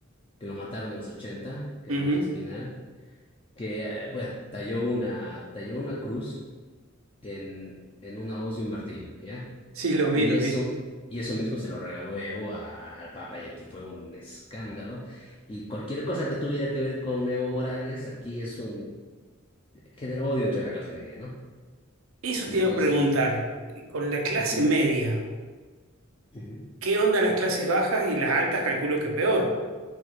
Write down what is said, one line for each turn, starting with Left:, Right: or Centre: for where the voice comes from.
Left: que lo mataron en los 80 que
Right: Ujú.
Left: era Luis Espinal, que, eh, bueno, talló una, talló una cruz en, en una hoz y un martillo, ¿ya?
Right: Sí, lo vi,
Left: Y
Right: lo
Left: eso,
Right: vi.
Left: y eso mismo se lo regaló Evo a- al Papa, y aquí fue un escándalo. Y cualquier cosa que tuviera que ver con Evo Morales, aquí es un, genera odio entre la clase media, ¿no?
Right: Eso
Left: Entonces,
Right: te iba a preguntar, con la clase
Left: ujú,
Right: media,
Left: ujú.
Right: ¿qué onda las clases bajas y las altas? Calculo que peor.